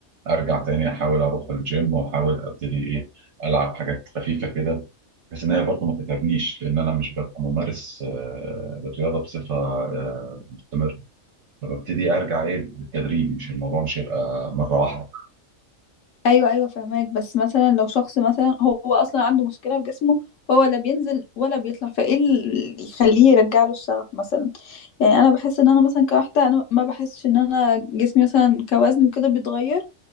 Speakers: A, on the right; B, on the left.
A: ارجع تاني احاول اروح الجيم واحاول ابتدي ايه العب حاجات خفيفه كده بس ان هي برضه ما تتعبنيش لان انا مش ببقى ممارس آه، للرياضه بصفه آه، مستمره فببتدي ارجع ايه بالتدريج مش الموضوع مش هيبقى مره واحده
B: ايوه ايوه فهماك بس مثلا لو شخص مثلا هو اصلا عنده مشكله في جسمه هو لا بينزل ولا بيطلع فايه اللي يخليه يرجع له الشغف مثلا يعني انا بحس ان انا مثلا كواحده انا ما بحسش ان انا جسمي مثلا كوزن وكده بيتغير